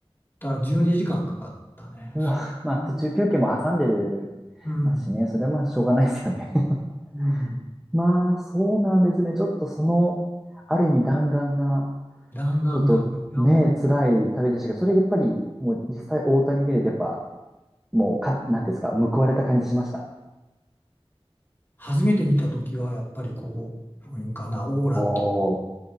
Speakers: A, on the left; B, in the centre.
A: たら12時間かんかかったね。
B: ー。うわ。
A: そう、
B: まあ途中休憩も挟んでる
A: うん、
B: ますしね。それはまあしょうがないですよね。<laughs>
A: うん。
B: まあそうなんですね。ちょっとその、ある意味弾丸な、
A: 弾丸だから、
B: ちょっとね、
A: いやもう、
B: 辛い旅でしたけど、それやっぱりもう実際大谷見れてやっぱ、もう、か、なんていうんですか、報われた感じしました。
A: 初めて見た時は、やっぱりこう、どういうんかな、オーラっていう、
B: おー、